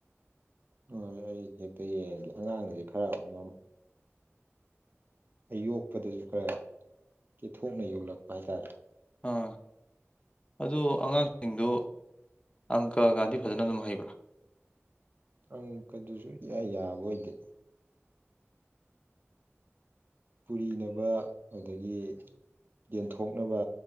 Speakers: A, on the right; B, on the left.
A: ꯍꯣꯏ ꯑꯩ ꯍꯥꯏꯐꯦꯠ ꯌꯦꯡꯉꯒꯦ ꯑꯉꯥꯡꯁꯦ ꯈꯔ ꯗꯨꯝ ꯌꯣꯛꯄꯗꯁꯨ ꯈꯔ ꯀꯦꯊꯣꯛꯅ ꯌꯣꯛꯂꯛꯄ ꯍꯥꯏ ꯇꯔꯦ
B: ꯑꯥ ꯑꯗꯨ ꯑꯉꯥꯡꯁꯤꯡꯗꯨ ꯑꯪꯀ ꯒꯥꯗꯤ ꯐꯖꯅ ꯑꯗꯨꯝ ꯍꯩꯕ꯭ꯔꯥ
A: ꯑꯪꯀ ꯗꯨꯁꯨ ꯏꯌꯥ ꯌꯥꯕ ꯑꯣꯏꯗꯦ ꯄꯨꯔꯤꯅꯕ ꯑꯗꯨꯗꯒꯤ ꯌꯦꯟꯊꯣꯛꯅꯕ